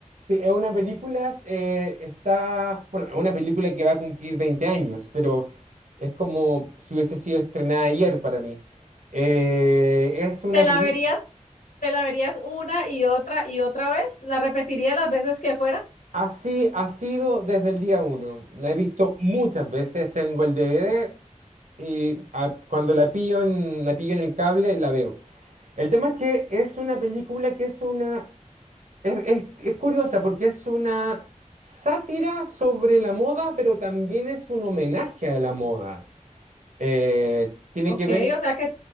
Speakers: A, on the right; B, on the left.
A: sí, es una película, eh, está, bueno, es una película que va a cumplir 20 años, pero es como si hubiese sido estrenada ayer para mí. Eh, es una
B: ¿Te la
A: película...
B: verías, te la verías una y otra y otra vez? ¿La repetirías las veces que fuera?
A: Así ha sido desde el día uno. La he visto muchas veces, tengo el DVD y ah, cuando la pillo en, la pillo en el cable la veo. El tema es que es una película que es una... Es, es- es curiosa porque es una sátira sobre la moda, pero también es un homenaje a la moda. Eh, tiene
B: Ok,
A: que ver
B: o sea que